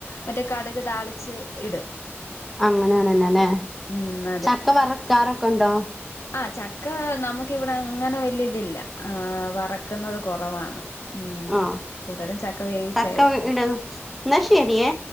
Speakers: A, on the left; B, in the centre.
A: മറ്റെ കടുക് താളിച്ച് ഇടും
B: അങ്ങനെ വേണല്ലലെ
A: ഉം
B: ചക്ക വർക്കാറൊക്കെണ്ടോ
A: ആ ചക്കാ നമു ഇവിടെ അങ്ങന വല്യലില്ല ആഹ് വറക്ക്ന്നത് കൊറവാണ് ഉം
B: ആഹ്
A: കൂടുതലും ചക്ക വേവിച്ചാ
B: ചക്ക
A: എടുക്ക്ന്നെ
B: ഇട എന്നാ ശരിയേ